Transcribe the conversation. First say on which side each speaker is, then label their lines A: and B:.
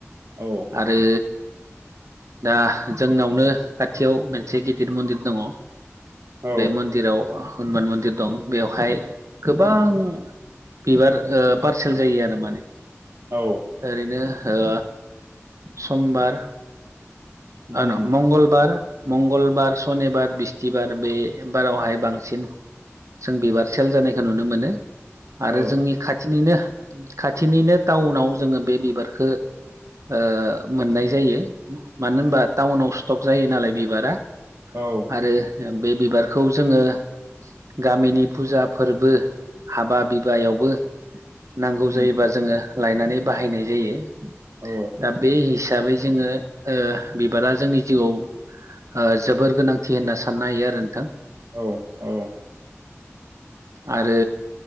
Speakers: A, on the right; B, on the right.
A: औ
B: आरो दा जोंनावनो खाथियाव मोनसे गिदिर मन्दिर दङ।
A: औ
B: बे मन्दिराव हनुमान मन्दिर दं बेवहाय गोबां बिबार ओ पारसेल जायो आरो माने।
A: औ
B: ओरैनो ओ समबार
A: उम
B: ओ न मंगलबार मंगलबार, सनिबार, बिस्थिबार, बे बारावहाय बांसिन जों बिबार सेल जानायखौ नुनो मोनो, आरो
A: औ
B: जोंनि खाथिनिनो खाथिनिनो टाउनाव जोङो बे बिबारखो ओ मोननाय जायो। मानो होनबा टाउनाव स्ट'क जायो नालाय बिबारा
A: औ
B: आरो बे बिबारखौ जोङो गामिनि फुजा फोरबो हाबा बिबायावबो नांगौ
A: उम
B: जायोबा जोङो लायनानै बाहायनाय जायो।
A: औ
B: दा बे हि हिसाबै जोङो ओ बिबारा जोंनि जिउआव ओ जोबोर गोनांथि होनना साननो हायो आरो नोंथां।
A: औ औ।
B: आरो